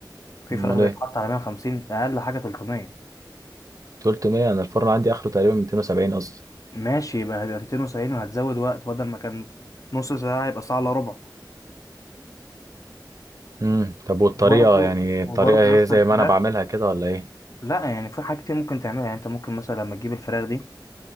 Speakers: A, on the left; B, on the right.
A: في
B: امال
A: فراخ بيتحط
B: ايه
A: على 150 اقل حاجه 300
B: 300 انا الفرن عندي اخره تقريبا 270 اصلا
A: ماشي يبقى هيبقى 270 وهتزود وقت بدل ما كان نص ساعة يبقى ساعة الا ربع
B: امم طب والطريقة
A: وبرضه
B: يعني الطريقة
A: وبرضه
B: هي
A: يا اسطى
B: زي
A: الفراخ
B: ما انا بعملها كده ولا ايه
A: لا يعني في حاجات كتير ممكن تعملها يعني انت ممكن مثلا لما تجيب الفراخ دي